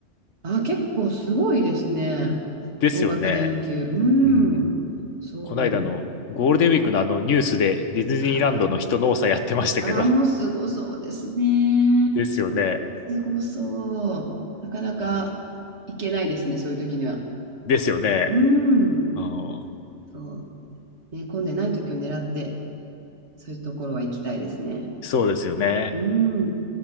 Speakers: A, on the right (about 65°); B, on the left (about 80°).
A: あ、結構すごいですね。
B: ですよね。
A: 大型連休。うん。
B: うん。
A: そう。
B: この間のゴールデンウィークのあのニュースでディズニーランドの人の多さやってましたけど。
A: あーあー、もうすごそうですね。
B: ですよね。
A: すごそう。なかなか行けないですね、そういう時には。
B: ですよね。
A: うん。
B: うん。
A: そう。ね、混んでない時を狙って、そういうところは行きたいですね。
B: そうですよね。
A: うん。